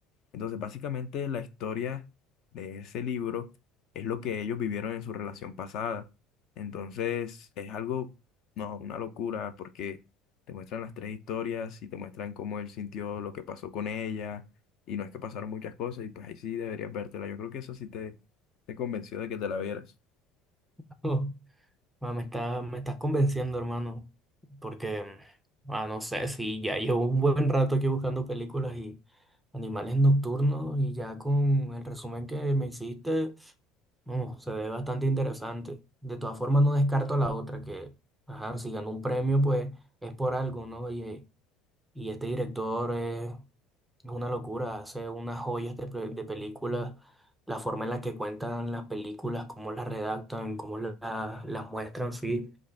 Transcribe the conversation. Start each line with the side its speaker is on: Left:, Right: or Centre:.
Left: Entonces básicamente la historia de ese libro es lo que ellos vivieron en su relación pasada. Entonces es algo, no, una locura porque te muestran las tres historias y te muestran cómo él sintió lo que pasó con ella y no es que pasaron muchas cosas y pues ahí sí deberías vértela. Yo creo que eso sí te, te convenció de que te la vieras.
Centre: <laughs> Ah, me está, me estás convenciendo, hermano, porque, ah, no sé, si ya llevo un buen rato aquí buscando películas y animales nocturnos y ya con el resumen que me hiciste, no, se ve bastante interesante. De todas formas, no descarto la otra, que, ajá, si ganó un premio, pues es por algo, ¿no? Y, y este director es, es una locura, hace unas joyas de, pe- de películas, la forma en la que cuentan las películas, cómo las redactan, cómo la- las muestran, sí.